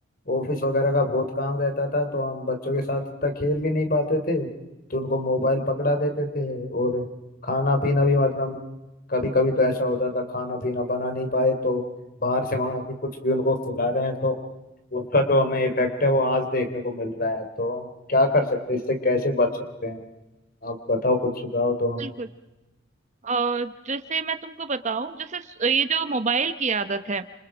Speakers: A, on the left; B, on the right.
A: ऑफिस वगैरह का बहुत काम रहता था तो हम बच्चों के साथ इतना खेल भी नहीं पाते थे तो उनको मोबाइल पकड़ा देते थे और खाना पीना भी मतलब कभी कभी तो ऐसा होता था खाना पीना बना नहीं पाए तो बाहर से मंगा के कुछ भी उनको खिला रहे हैं तो उसका जो हमें इफेक्ट है वो आज देखने को मिल रहा है तो हम क्या कर सकते हैं इससे कैसे बच सकते हैं आप बताओ कुछ सुझाव दो हमें
B: बिल्कुल अ, जैसे मैं तुमको बताऊं जैसे स- ये जो मोबाइल की आदत है